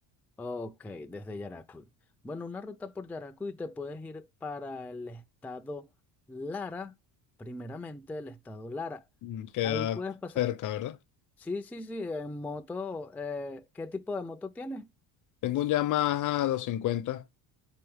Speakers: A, in the centre; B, on the left.
A: Ok, desde Yaracuy. Bueno, una ruta por Yaracuy te puedes ir para el estado Lara, primeramente el estado Lara.
B: Mm, Queda
A: Ahí puedes pasar.
B: cerca, ¿verdad?
A: Sí, sí, sí, en moto. eh, ¿qué tipo de moto tienes?
B: Tengo un Yamaha 250.